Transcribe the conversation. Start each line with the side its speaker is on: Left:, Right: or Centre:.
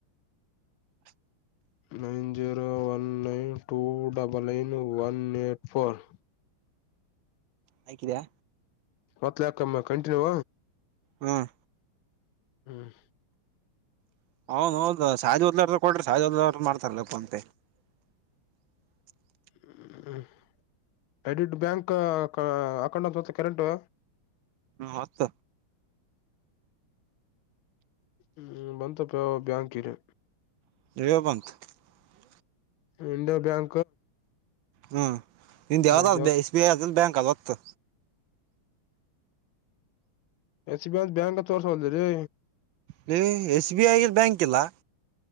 Right: <inaudible>
Left: nine zero one nine two double nine one eight four.
Right: ಹಾಕಿದ್ಯಾ
Left: ಒತ್ತಲ್ಯಾ ಕಮ್ ಕಂಟಿನ್ಯೂ
Right: ಹ್ಮ್
Left: ಹ್ಮ್
Right: <unintelligible> <inaudible>
Left: ಹ್ಮ್ ಹ್ಮ್ ಎಡಿಟ್ ಬ್ಯಾಂಕ್ ಅಕೌಂಟ್ ಅಂತ ಒತ್ತೆ ಕರೆಕ್ಟು
Right: ಹ್ಮ ಒತ್ತ
Left: ಹ್ಮ್ ಬಂತಪ್ಪ ಬ್ಯಾಂಕಿರೆ
Right: <unintelligible>
Left: ಇಂಡ್ಯೋ ಬ್ಯಾಂಕ್
Right: ಹ್ಮ್ ನಿಂದ ಯಾವ್ದಾದ
Left: ಮಜ
Right: ಎಸ್ ಬಿ ಐ ಅದನ್ ಬ್ಯಾಂಕ್ ಅದ ಒತ್ತು
Left: ಎಸ್ ಬಿ ಐ ದ ಬ್ಯಾಂಕ ತೋರ್ಸ್ ವಲ್ಲ್ದಲೇ
Right: ಲೇ ಎಸ್ ಬಿ ಐ ದ್ ಬ್ಯಾಂಕಿಲ್ಲಾ